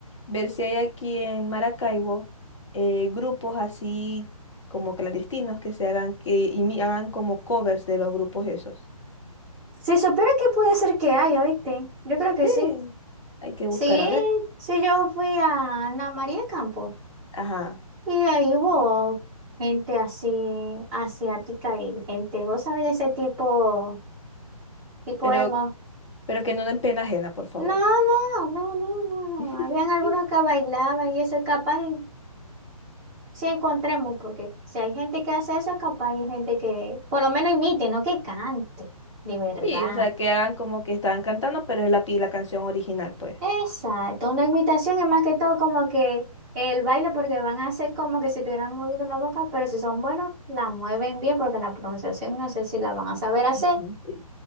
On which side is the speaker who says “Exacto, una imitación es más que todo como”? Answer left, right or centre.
Centre